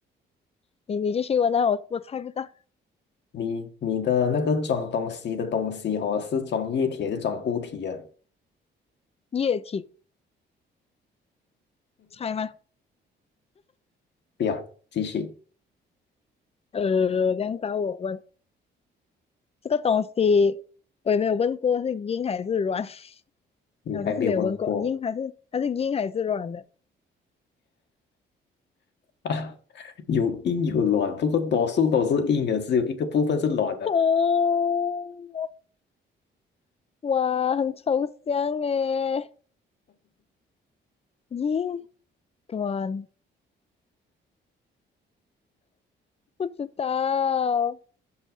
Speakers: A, on the left; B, on the left.
A: 你你继续问啊，我我猜不到，
B: 你你的那个装东西的东西哦，是装液体还是装固体啊？
A: 液体猜吗？
B: <laughs> 不要，继续，
A: 呃，这样找我问这个东西，我也没有问过是硬还是软。
B: 你还没有问过
A: 好像是没有问过硬还是还是硬还是软的？
B: 啊。<laughs> 有硬有软，不过多数都是硬的，只有一个部分是软的。
A: 哦，哇，很抽象诶，硬软，不知道。